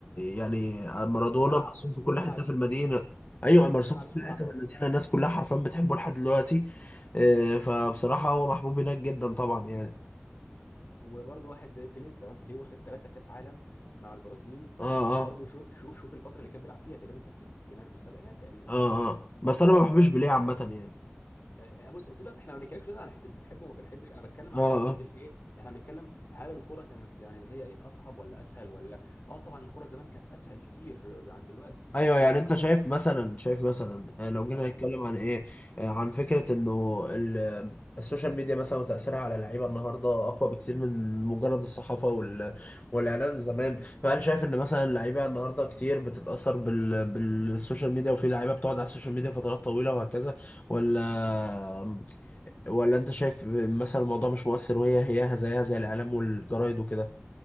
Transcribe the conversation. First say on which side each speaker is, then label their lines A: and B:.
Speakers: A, on the left; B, on the left.
A: يعني مارادونا
B: والملعب
A: مرسوم
B: اسمه
A: في كل
B: الملعب
A: حته
B: اسمه
A: في المدينه ايوه مرسوم
B: والملعب
A: في
B: اسمه
A: كل
B: ملعب
A: حته
B: مارادونا
A: في المدينه الناس كلها حرفيا بتحبه لحد دلوقتي آه، فبصراحه هو محبوب هناك جدا طبعا يعني
B: وبرضه واحد زي بيليه لو بيليه واخد ثلاثة كاس عالم مع البرازيل
A: اه
B: برضه
A: اه
B: شو شو شوف الفترة اللي كان بيلعب فيها تقريبا كان في الستينات والسبعينات تقريبا
A: اه اه بس
B: ف آه،
A: انا ما بحبش بيليه عامه يعني
B: آه، بص سيبك احنا ما بنتكلمش دلوقتي على حتة بنحبه وما بنحبش انا بتكلم على
A: اه اه
B: فكرة الايه احنا بنتكلم هل الكرة كانت يعني اللي هي ايه اصعب ولا اسهل ولا اه طبعا الكرة زمان كانت اسهل كتير عن دلوقتي
A: ايوه
B: دلوقتي
A: يعني انت
B: مثلا
A: شايف مثلا شايف مثلا آه، لو جينا
B: اه يا
A: نتكلم
B: حبيبي
A: عن ايه آه، عن فكره انه ال- آه، السوشيال ميديا مثلا وتاثيرها على اللعيبه النهارده اقوى بكتير من مجرد الصحافه وال... والاعلام زمان فهل شايف ان مثلا اللعيبه النهارده كتير بتتاثر بال... بالسوشيال ميديا وفي لعيبه بتقعد على السوشيال ميديا فترات طويله وهكذا ولا آه، ولا انت شايف مثلا الموضوع مش مؤثر وهي هياها زيها زي الاعلام والجرايد وكده